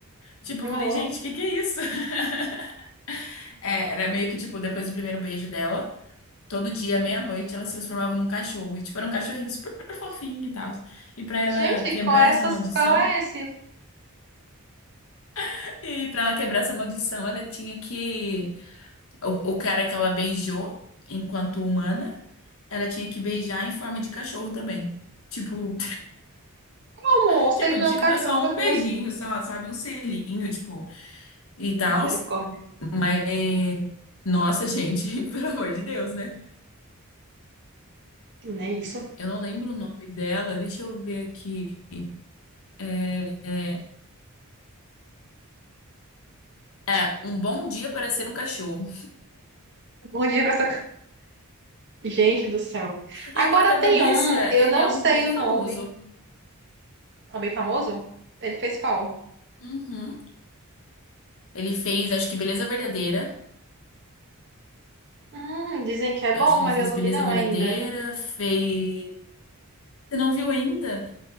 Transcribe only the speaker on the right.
que
horror.
Gente,
qual é,
essa,
qual é esse?
Como?
Se
ele
não
é um cachorro,
meu Deus.
Misericórdia.
Não é isso.
Bom dia pra essa. co- Gente do céu. Agora
tem um, eu
não
sei
o
nome. Tá bem famoso? Ele fez qual?
Hum, dizem que é bom,
mas
eu não
vi não
ainda.